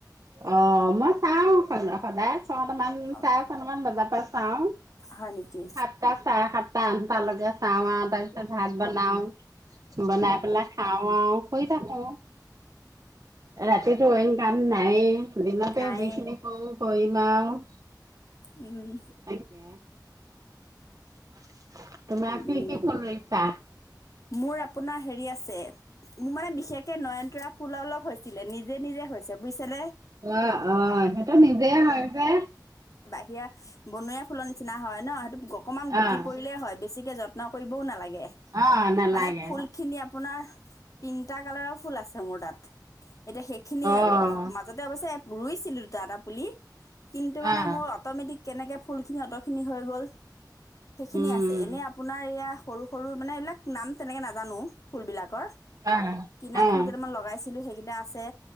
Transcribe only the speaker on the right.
অ মই চাও স সদায়। ছটামান
চাৰে ছটামান বজাৰ পৰা চাও।
সাতটা, চাৰে সাতটা, আঠটালৈকে চাও আৰু তাৰপিছত ভাত বনাও। বনাই পেলাই খাও আৰু শুই থাকো। ৰাতিত টো অইন কাম নাই। নাইয়ে। দিনতে
যিখিনি কৰোঁ, কৰিম আৰু। <inaudible>
তাকে <unintelligible> তোমাৰ
কি
কি ফুল ৰুইছা?
অহ ',- অহ ', সেইটো নিজে হয় যে।
অ'
অ' নালাগে
অ'
অ'
উম
অ'
অ'